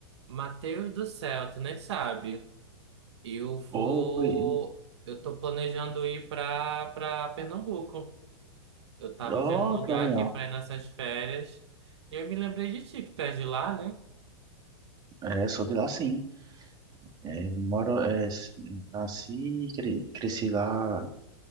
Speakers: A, on the right; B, on the right.
A: Mateus do céu, tu nem sabe. Eu vou.
B: Oi,
A: Eu tô planejando ir pra, pra Pernambuco. Eu tava
B: oh,
A: vendo um lugar
B: tá legal.
A: aqui pra ir nessas férias. E eu me lembrei de ti, que tu é de lá, né?
B: É, sou de lá sim. É, moro, é, s- nasci, e cre- cresci lá